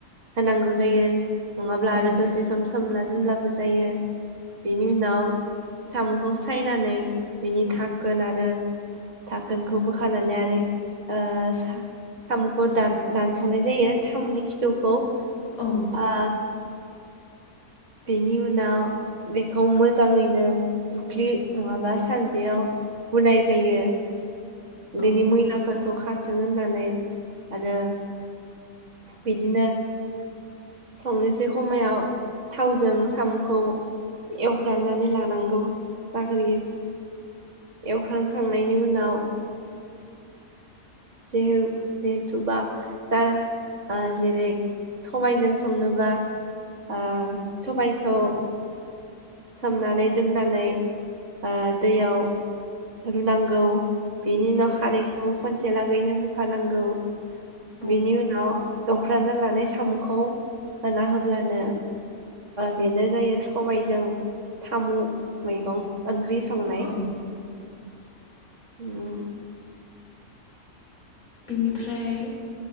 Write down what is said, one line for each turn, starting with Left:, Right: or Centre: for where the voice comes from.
Right: होनांगौ जायो। नङाब्ला
Left: औ
Right: आरो दसे सम सोमना दोनब्लाबो जायो बेनि उनाव सामखौ सायनानै बिनि धाकोन आरो धाकोनखौ बोखानानै आरो ओ सामखौ दान दानसनाय जायो सामनि खिथुखौ। ओ
Left: औ
Right: बेनि उनाव बेखौ मोजाङैनो दुख्लि नङाब्ला सानद्रियाव हुनाय जायो।
Left: औ
Right: बिनि मैलाफोरखौ खा रथों होननानै आरो बिदिनो संनोसै खमायाव थावजों सामखौ एवफ्रामनानै लानांगौ जाग्रोयो एवफ्रामखांनायनि उनाव जिहे जिहेथुबा बा जेरै सबायजों संनोबा ओ सबायखौ सोमनानै दोननानै ओ दैयाव रुनांगौ बिनि उनाव
Left: औ
Right: खारैखौ खनसे लागैनो होखानांगौ।
Left: औ
Right: बिनि उनाव एवफ्रामना लानाय सामखौ होना होब्लानो बेनो जायो सबायजों सामु मैगं। ओंख्रि संनाय।
Left: औ
Right: उम।
Left: बिनिफ्राय